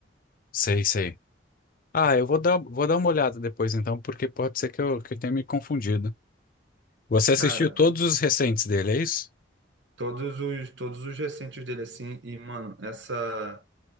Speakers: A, on the left; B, on the right.
A: Sei, sei. Ah, eu vou dar, vou dar uma olhada depois então, porque pode ser que eu, que eu tenha me confundido. Você assistiu
B: Cara,
A: todos os recentes dele, é isso?
B: todos os todos os recentes dele assim e mano, essa